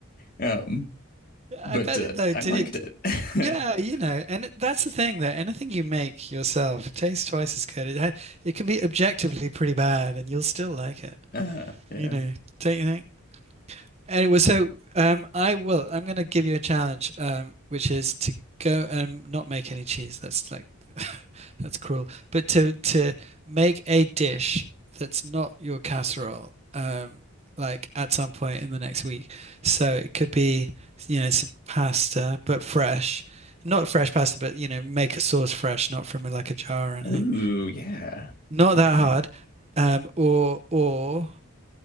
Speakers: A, on the left; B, on the right.
A: Um,
B: I
A: but
B: bet
A: uh,
B: it though.
A: I
B: Did
A: liked
B: it?
A: it.
B: Yeah, you
A: <laughs>
B: know, and it- that's the thing though. Anything you make yourself tastes twice as good. It ha- it can be objectively pretty bad, and you'll still like it.
A: Uh, yeah.
B: You know, don't you think? Anyway, so um, I will. I'm going to give you a challenge, um, which is to go and not make any cheese. That's like <laughs> that's cruel. But to to make a dish that's not your casserole, um, like at some point in the next week. So it could be, you know, some pasta, but fresh. Not fresh pasta, but you know, make a sauce fresh, not from like a jar or anything.
A: Ooh, yeah.
B: Not
A: Okay.
B: that hard. Um, or or